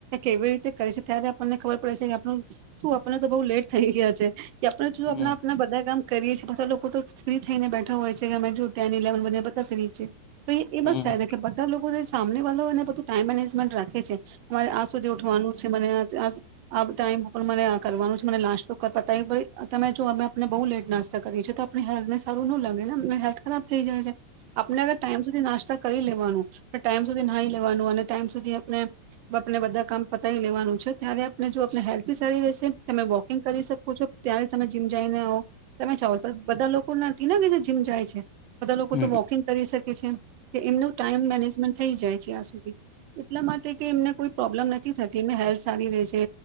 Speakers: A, on the right (about 45°); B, on the left (about 30°).
A: કેવી રીતે કરે છે ત્યારે આપણને ખબર પડે છે કે આપ શું આપણને તો બહુ લેટ થઈ ગયા છે કે આપણે શ
B: હમ
A: આપણા આપણા બધા કામ કરીએ છ બધા લોકો તો ફ્રી થઈ ને બેઠ હોય છે અમે જૂટ્યા ને લવન બધને પતા ફરીી છે તો એ મસ
B: હમ
A: ચ એ કે બધા લોકો સામને વાળા એને બધું ટાઈમ મેનેજમેન્ટ રાખે છે તમારે આ સુધી ઉઠવાનું છે મને સ આપ ટાઈમ પણ મને આ કરવાનું છે મને લાશ તો કરતા તય ભાઈ તમે જો અમે આપને બહુ લેટ નાસ્તા કરીએ છીએ આપ હેલ્થનેારું લે ખરાબ થઈ જાય છે આપણેર ટાઈમધી નાસ્તા કરી લેવાનું ટાઈમ સુધી નાી લેવાનું અને ટાઈમ સુધી આપ આપને બધા કામ પતાવી લેવાનું છે ત્યારે આપને જો આપને હેલ્ી સારી રહેશે તમે વોકિંગ કરી શકો છો ત્યારે તમે જીમ જઈને આવ તમે ચાવો તો બધા લોકો નથી નાને કેધ જીમ જાય છે બધા લોકો
B: હમ
A: તો વોકિંગ કરી શકે કે છે કે એમનું ટાઈમ મેનેજમેન્ટ થઈ જાય જ એટલા માટે એમને કોઈ પ્રોબ્લમ નથી થતી હેલ્થ સારી ર છે